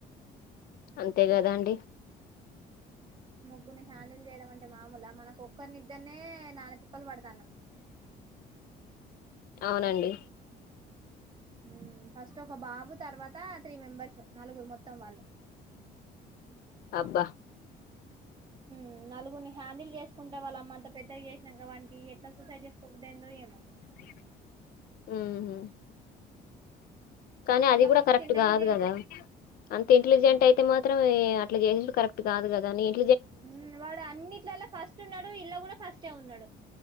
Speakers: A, on the left (about 60°); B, on the right (about 30°).
A: అంతే గదా అండి.
B: ముగ్గుర్ని హ్యాండిల్ జేయడం అంటే మాములా మనకొక్కర్ని నిద్దర్నే నానా తిప్ప్ ప్పల్ పడతానం.
A: అవునండి.
B: ఊ ఫస్టు ఒక బాబు తర్వాతా త్రీ మెంబర్సు, నలుగురు మొత్తం వాళ్ళు.
A: అబ్బా
B: ఉ నలుగురిని హ్యాండిల్ చేసుకుంటా వాళ్ళ అమ్మ అంత పెద్దగ చేశినంక వానికీ ఎట్లా సూసైడ్ చేసుకోబుద్ది అయిందో ఏమో.
A: అ ఊహు. కానీ
B: మళ్ళా
A: అది గూడా
B: మస్తు
A: కరెక్ట్
B: ఇంటెలిజెంట్
A: గాదు కదా. అంత ఇంటెలిజెంట్ అయితే మాత్రం ఈ అట్ల చేశుడు కరెక్ట్ గాదు గదా నీ ఇం
B: ఊ వాడు అన్నిట్లల్లా ఫస్ట్ ఉన్నడూ. ఇల్ల గూడా ఫస్టే ఉన్నడు.